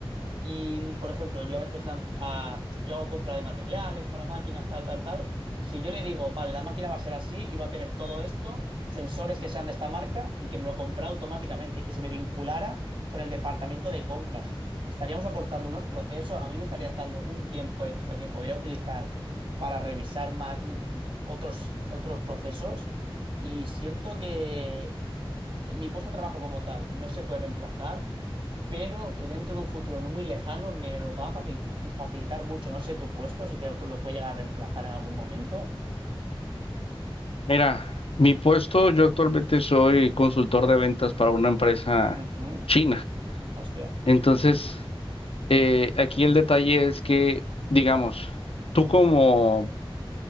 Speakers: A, on the right; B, on the left.
A: y, por ejemplo, yo a veces lanz- ah, yo hago compra de materiales para máquinas, tal, tal, tal, si yo le digo, vale, la máquina va a ser así y va a tener todo esto, sensores que sean de esta marca y que me lo compra automáticamente que se me vinculara con el departamento de compras. Estaríamos acortando unos procesos, a mí me estaría dando un tiempo extra que podría utilizar para revisar más mm, otros, otros procesos y siento que mi puesto de trabajo como tal no se puede reemplazar, pero que dentro de un futuro no muy lejano me lo va a facil- facilitar mucho. No sé tu puesto, si te lo, lo puede llegar a reemplazar en algún momento.
B: Mira, mi puesto, yo actualmente soy consultor de ventas para una empresa
A: Ujú.
B: china.
A: Hostia.
B: Entonces, eh, aquí el detalle es que, digamos, tú como,